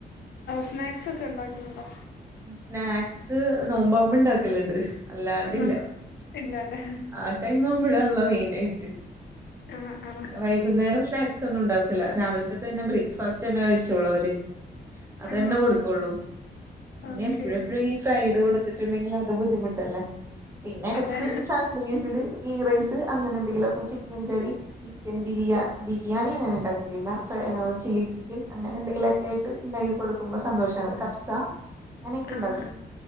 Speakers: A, on the left; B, on the right.
A: സ്നാക്സ് ഒക്കെ ഒണ്ടാക്കുന്നുണ്ടോ
B: സ്നാക്സ് നോമ്പാമ്പോ ഇണ്ടാക്കലുണ്ട് അല്ലാണ്ടില്ല
A: ആഹ് ഇല്ലാല്ലേ
B: ആ ടൈം ആവുമ്പോഴാണല്ലോ മെയിനായിട്ട്
A: ആഹ് ആഹ്
B: അ വൈകി വൈകുന്നേരം സ്നാക്സ് ഒന്നും ഉണ്ടാക്കൂല്ല രാവിലത്തെ തന്നെ ബ്രേക്ക്ഫാസ്റ്റ് തന്നെ കഴിച്ചോളൂ അവര് അതന്നെ
A: ആഹ് ഉണ്ടോ
B: കൊടുക്കുള്ളൂ പിന്നെ
A: ഓക്കെ
B: എപ്പഴും എപ്പഴും ഈ ഫ്രൈഡ് കൊടുത്തിട്ടുണ്ടെങ്കിൽ അത് ബുദ്ധിമുട്ടല്ലേ പിന്നെ എടക്ക്
A: അതെ
B: സൺഡേയ്സില് ഗീ റൈസ് അങ്ങനെ എന്തെങ്കിലൊക്കെ ചിക്കൻ കറി ചിക്കൻ ബിരിയാ ബിരിയാണി അങ്ങനെ ഉണ്ടാക്കലില്ല ഫ്രൈ ചില്ലി ചിക്കൻ അങ്ങനെ എന്തെങ്കിലു ക്കെ ആയിട്ട് ഉണ്ടാക്കികൊടുക്കുമ്പോ സന്തോഷാണ് കപ്സാ അങ്ങനെയൊക്കെ
A: ആഹ്
B: ഉണ്ടാക്കും
A: ആഹ്